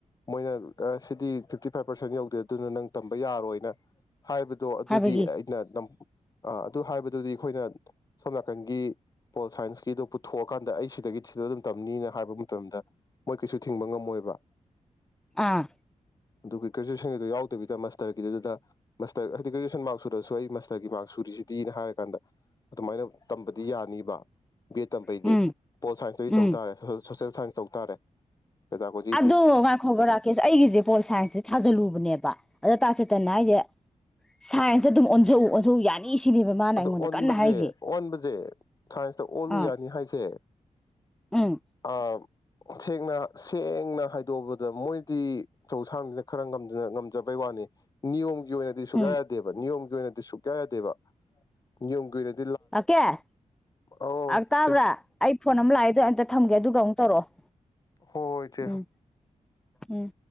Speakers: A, on the left (about 30°); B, in the centre.
A: ꯃꯣꯏꯅ ꯑ ꯁꯤꯗꯤ ꯐꯤꯞꯇꯤ ꯐꯥꯏꯞ ꯄꯥꯔꯁꯦꯟ ꯌꯧꯗꯦ ꯑꯗꯨꯅ ꯅꯪ ꯇꯝꯕ ꯌꯥꯔꯣꯏꯅ ꯍꯥꯏꯕꯗꯣ ꯑꯗꯨꯗꯤ
B: ꯍꯥꯏꯕꯒꯤ
A: ꯑꯩꯅ ꯇꯝ ꯑ ꯑꯗꯨ ꯍꯥꯏꯕꯗꯨꯗꯤ ꯑꯩꯈꯣꯏꯅ ꯁꯣꯝ ꯅꯥꯀꯟꯒꯤ ꯄꯣꯜ ꯁꯥꯏꯟꯁꯀꯤꯗꯣ ꯄꯨꯊꯣꯛꯑꯀꯥꯟꯗ ꯑꯩ ꯁꯤꯗꯒꯤ ꯁꯤꯗ ꯑꯗꯨꯝ ꯇꯝꯅꯤꯅ ꯍꯥꯏꯕ ꯃꯇꯝꯗ ꯃꯣꯏ ꯀꯩꯁꯨ ꯊꯤꯡꯕ ꯉꯝꯃꯣꯏꯕ
B: ꯑꯥ
A: ꯑꯗꯨꯒ ꯒ꯭ꯔꯦꯖꯨ꯭ꯌꯦꯁꯟꯒꯤꯗꯨ ꯌꯥꯎꯗꯕꯤꯗ ꯃꯥꯁꯇꯔꯒꯤꯗꯨꯗ ꯃꯥꯁꯇꯔ ꯍꯥꯏꯗꯤ ꯒ꯭ꯔꯦꯖꯨ꯭ꯌꯦꯁꯟ ꯃꯥꯔꯛ ꯁꯨꯗ꯭ꯔꯥꯁꯨ ꯑꯩ ꯃꯥꯁꯇꯔꯒꯤ ꯃꯥꯔꯛ ꯁꯨꯔꯤꯁꯤꯗꯤꯅ ꯍꯥꯏꯔꯀꯥꯟꯗ ꯑꯗꯨꯃꯥꯏꯅ ꯇꯝꯕꯗꯤ ꯌꯥꯅꯤꯕ ꯕꯦ ꯇꯝꯕꯩꯗꯤ
B: ꯎꯝ
A: ꯄꯣꯜ ꯁꯥꯏꯟꯁꯇꯗꯤ
B: ꯎꯝ
A: ꯇꯧ ꯇꯥꯔꯦ ꯗ ꯁꯥꯏꯟ ꯇꯧ ꯇꯥꯔꯦ ꯄꯦꯗꯥꯒꯣꯖꯤꯗꯤ
B: ꯑꯗꯣ ꯉꯥꯏꯈꯣꯕ ꯔ ꯀꯦꯁ ꯑꯩꯒꯤꯁꯦ ꯄꯣꯜ ꯁꯥꯏꯟꯁꯁꯦ ꯊꯥꯖꯤꯜꯂꯨꯕꯅꯦꯕ ꯑꯗ ꯇꯥꯁꯦꯇꯅ ꯍꯥꯏꯖꯦ ꯁꯥꯏꯟꯁꯇ ꯑꯗꯨꯝ ꯑꯣꯟꯖꯧ ꯑꯣꯟꯊꯣꯛꯎ ꯌꯥꯅꯤ ꯁꯤꯅꯦꯕ ꯃꯥꯅ
A: ꯑꯗꯣ
B: ꯑꯩꯉꯣꯟꯗ
A: ꯑꯣꯟꯕꯖꯦ
B: ꯀꯟꯅ ꯍꯥꯏꯔꯤꯁꯦ
A: ꯑꯣꯟꯕꯖꯦ ꯁꯥꯏꯟꯁꯇ ꯑꯣꯜꯂꯨ
B: ꯑꯥ
A: ꯌꯥꯅꯤ ꯍꯥꯏꯁꯦ
B: ꯎꯝ
A: ꯑ ꯁꯦꯡꯅ ꯁꯦꯡꯅ ꯍꯥꯏꯗꯣꯛꯑꯕꯗ ꯃꯣꯏꯗꯤ ꯑꯆꯧ ꯑꯁꯥꯡꯅꯤꯅ ꯈꯔ ꯉꯝꯖ ꯉꯝꯖꯕꯩ ꯋꯥꯅꯤ ꯅꯤꯌꯣꯝ ꯑꯣꯏꯔꯗꯤ ꯁꯨꯛꯌꯥ
B: ꯎꯝ
A: ꯌꯥꯗꯦꯕ ꯅꯤꯌꯣꯝ <unintelligible> ꯁꯨꯛꯌꯥ ꯌꯥꯗꯦꯕ <unintelligible>
B: ꯔꯥꯀꯦꯁ
A: ꯑꯧ
B: ꯑꯪ ꯇꯥꯕꯔꯥ
A: ꯏꯆꯦ
B: ꯑꯩ ꯐꯣꯟ ꯑꯃ ꯂꯥꯛꯑꯦ ꯑꯗꯨ ꯑꯝꯇ ꯊꯝꯒꯦ ꯑꯗꯨꯒ ꯑꯃꯨꯛ ꯇꯧꯔꯛꯑꯣ
A: ꯍꯣ ꯍꯣꯏ ꯏꯆꯦ
B: ꯎꯝ ꯎꯝ